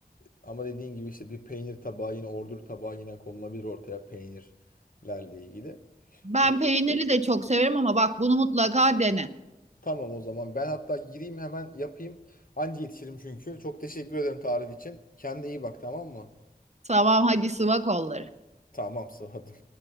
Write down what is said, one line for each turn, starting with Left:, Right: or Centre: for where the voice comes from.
Left: ama dediğin gibi işte bir peynir tabağı yine ordur tabağı yine konulabilir ortaya peynirlerle ilgili.
Right: Ben
Left: E,
Right: peyniri de çok severim ama bak bunu mutlaka dene.
Left: tamam o zaman ben hatta gireyim hemen yapayım. Anca yetişirim çünkü. Çok teşekkür ederim tarif için. Kendine iyi bak tamam mı?
Right: Tamam hadi sıva kolları.
Left: Tamam sıvadım.